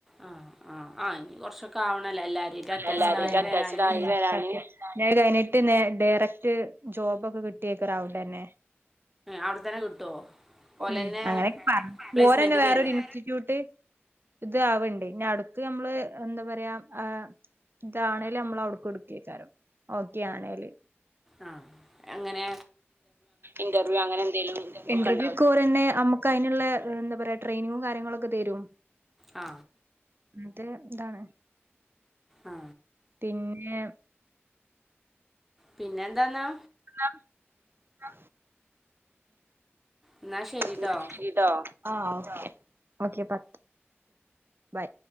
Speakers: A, in the centre; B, on the right (about 55°).
A: ആ ആ ആ ഇനി കുറച്ചൊക്കെ ആവണല്ലോ എല്ലാവരുമായിട്ട് അറ്റാച്ച്ഡ്
B: എല്ലാരും
A: ആയി
B: ഇതില് അറ്റാച്ചിടായിട്ട്
A: വരാന്
B: വരാന് ഇനി അത്കഴഞ്ഞിട്ട് ഡയറക്ട് ജോബൊക്കെ കിട്ട <unintelligible>
A: അവിടെത്തന്നെ കിട്ടുമോ ഓലന്നെ
B: ഉ അങ്ങനെയൊക്കെ പറഞ്ഞ
A: പ്ലേസ്മെന്റ്
B: പോരന്നെ വേറൊരു
A: തരുമോ
B: ഇൻസ്റ്റിറ്റ്യൂട്ട് ഇത് ആവണ്ട് ഇനി അടുത്ത് നമ്മള് എന്താ പറയാ ആ ഇതാണേല് നമ്മൾ അവിടെക്ക് എടുക്ക്‌ എയ്ക്കാരം ഓക്കെ ആണേല്
A: അ എങ്ങനെ
B: ഇന്റർവ്യൂ ഒക്കെ ഓലെന്നെ അമ്മക്ക് അയ്ന്ള്ള ട്രെയ്നിംങ്ങും കാര്യ ങ്ങളൊകെ തെരും
A: ആ
B: മറ്റേ ഇതാണ്
A: ആ
B: പിന്നെ
A: പിന്നെ എന്താന്നാ
B: അ
A: എന്നാ ശരിട്ടോ
B: ന്ന ശരിട്ടോ ആഹ് ഓക്കെ ബൈ ബൈ